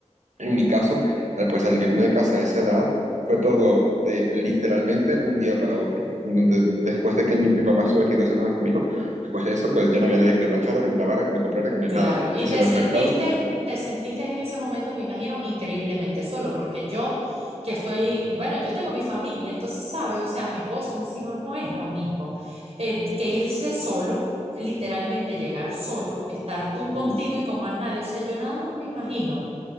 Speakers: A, on the right; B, on the right.
A: En mi caso, al pues salirme de casa a esa edad, fue todo de literalmente un día para otro. Donde después de que mi, mi papá estuvo aquí dos semanas conmigo, después de eso, pues ya no había nadie que me planchara, que me lavara, que me comprara, que me
B: claro.
A: nada.
B: Y
A: Me hiciera
B: te sentiste,
A: el mercado.
B: te sentiste en ese momento, me imagino, increíblemente solo, porque yo que estoy, bueno, yo tengo mi familia, entonces, ¿sabes? O sea, mi esposo, mis hijos, no es lo mismo eh, que irse solo, literalmente llegar solo, estar tú contigo
A: Mm,
B: y con más nadie. O sea, yo nada más me imagino